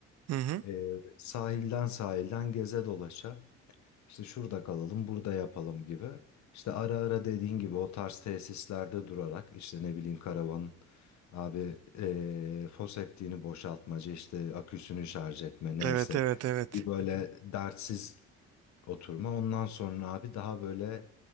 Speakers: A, on the right; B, on the left.
A: Hı hı.
B: e, sahilden sahilden geze dolaşa işte şurada kalalım burada yapalım gibi. İşte ara ara dediğin gibi o tarz tesislerde durarak işte ne bileyim karavanın abi e, foseptiğini boşaltmacı işte aküsünü şarj etme neyse
A: Evet evet evet.
B: bir böyle dertsiz oturma. Ondan sonra abi daha böyle